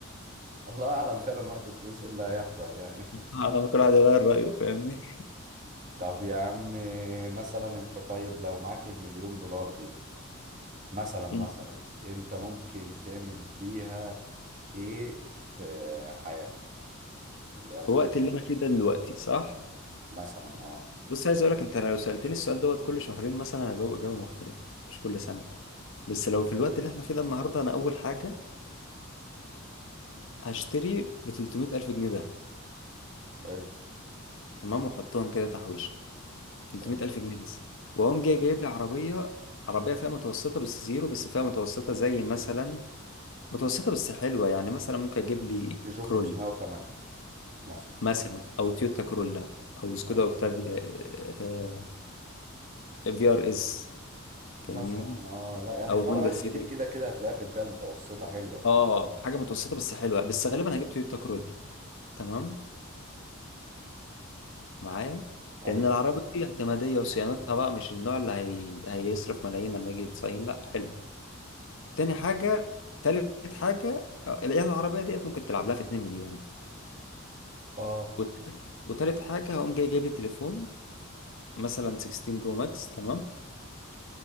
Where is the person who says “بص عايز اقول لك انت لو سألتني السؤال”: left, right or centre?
Left